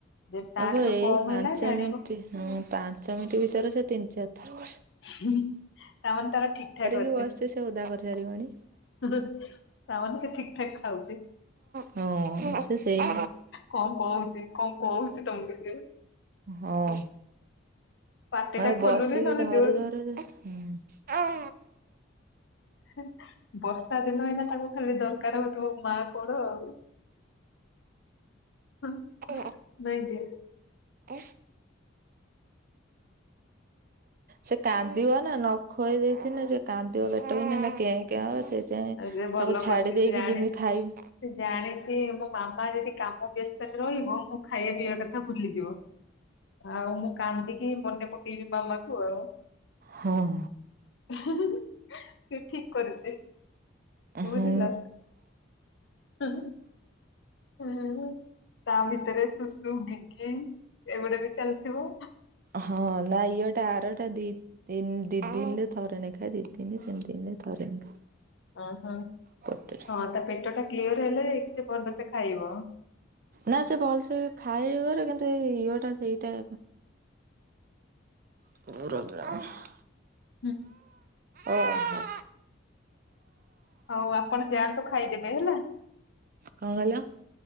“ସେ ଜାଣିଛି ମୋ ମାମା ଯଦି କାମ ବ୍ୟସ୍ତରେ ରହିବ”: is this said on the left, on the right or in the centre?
Left